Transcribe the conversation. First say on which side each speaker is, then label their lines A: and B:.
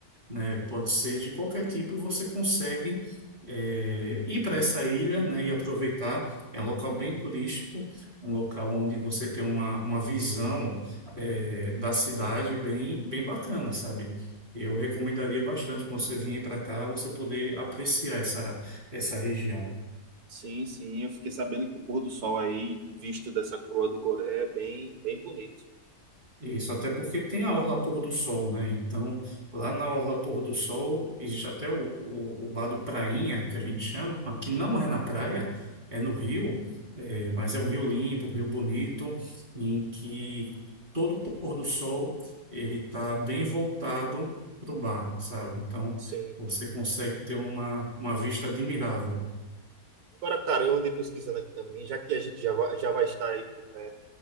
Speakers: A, on the right; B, on the right.
A: né? Pode ser de qualquer tipo, você consegue eh, ir para essa ilha, né, e aproveitar. É um local bem turístico, um local onde você tem uma, uma visão eh, da cidade bem, bem bacana, sabe? Eu recomendaria bastante quando você vier para cá, você poder apreciar essa, essa região.
B: Sim, sim, eu fiquei sabendo que o pôr do sol aí, visto dessa Croa do Goré, é bem, bem bonito.
A: Isso, até porque tem a Orla Pôr do Sol, né? Então, lá na Orla Pôr do Sol, existe até o, o, o bar do Prainha, que a gente chama, que não é na praia, é no rio, é, mas é um rio limpo, um rio bonito, em que todo pôr do sol ele está bem voltado para o bar, sabe? Então,
B: Sim.
A: você consegue ter uma, uma vista admirável.
B: Agora, cara, eu andei pesquisando aqui também, já que a gente já vai, já vai estar aí por perto.